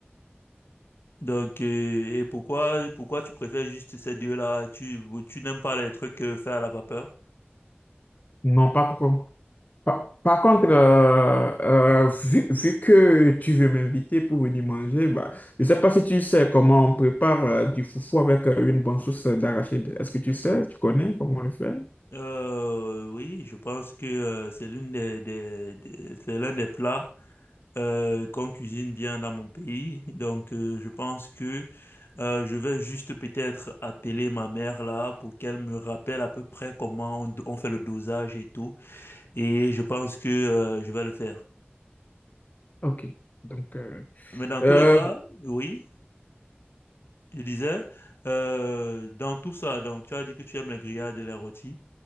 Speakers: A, on the left; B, on the left.
A: Donc, euh, et pourquoi, pourquoi tu préfères juste ces deux-là? Tu, tu n'aimes pas les trucs euh, faits à la vapeur?
B: Non, pas trop. Par, par contre, euh, euh, vu, vu que tu veux m'inviter pour venir manger, bah, je sais pas si tu sais comment on prépare euh, du foufou avec euh, une bonne sauce d'arachide. Est-ce que tu sais, tu connais comment on le fait?
A: Euh, oui, je pense que euh, c'est l'une des, des, des- c'est l'un des plats euh, qu'on cuisine bien dans mon pays. Donc, euh, je pense que euh, je vais juste peut-être appeler ma mère là pour qu'elle me rappelle à peu près comment on, on fait le dosage et tout. Et je pense que euh, je vais le faire.
B: Ok. Donc, euh,
A: Mais dans tous
B: euh,
A: les cas, oui. Je disais, euh, dans tout ça, donc tu as dit que tu aimes les grillades et les rôtis.